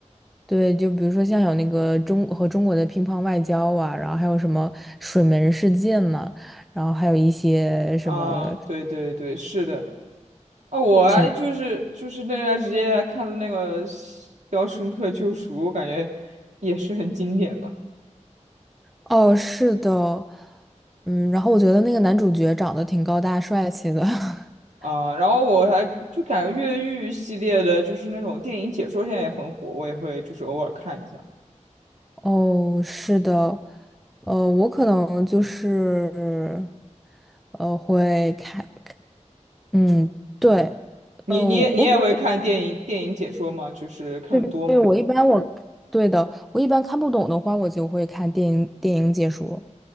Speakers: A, in the centre; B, on the right.
A: 对，就比如说像有那个中和中国的乒乓外交啊，然后还有什么水门事件呐、然后还有一些什么
B: 啊，对对对，是的啊，我还就是就是那段时间还看了那个
A: 挺，
B: 《肖申克救赎》，我感觉也是很经典吧
A: 哦，是的，嗯，然后我觉得那个男主角长得挺高大帅气的，<laughs>
B: 啊，然后我还就感觉越狱系列的，就是那种电影解说现在也很火，我也会就是偶尔看一下。
A: 哦，是的，呃，我可能就是，呃，会看，嗯，对，
B: 你你也你也会看电影电影解说吗？
A: 呃，我可
B: 就是看的多吗？
A: 能是对，我一般我，对的，我一般看不懂的话，我就会看电影电影解说。